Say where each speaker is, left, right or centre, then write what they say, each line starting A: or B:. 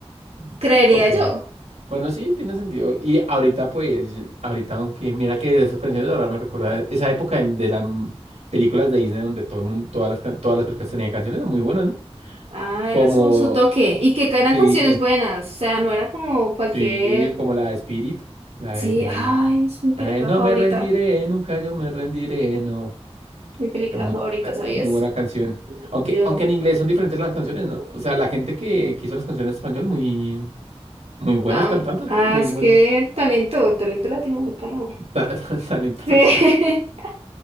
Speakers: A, on the right (about 85°); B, on the right (about 70°).
A: Ujú.
B: Creería
A: Ok.
B: yo.
A: Bueno, sí, tiene sentido. Y ahorita, pues, ahorita, aunque mira que esas canciones de ahora me recuerda esa época de, de las m- películas de Disney donde todo el mundo, todas las, can- todas las películas tenían canciones muy buenas, ¿no?
B: Ah,
A: Como,
B: era su, su toque. Y que eran
A: sí,
B: canciones buenas. O sea, no era como cualquier.
A: sí, como la de Spirit, la
B: Sí,
A: de,
B: ay, es mi película
A: la de No
B: favorita.
A: me rendiré, nunca yo me rendiré, no.
B: Mi película
A: Está Muy
B: favorita,
A: buena, ca-
B: ¿sabías?
A: muy buena canción. Aunque,
B: Yo.
A: aunque en inglés son diferentes las canciones, ¿no? O sea, la gente que, que hizo las canciones en español, muy, muy buenos
B: am-
A: cantantes,
B: ah,
A: ¿no? Muy
B: es
A: buenos.
B: que talento, talento latinoamericano.
A: Ta- <laughs> ta- Talento
B: Sí.
A: Nación.
B: <laughs>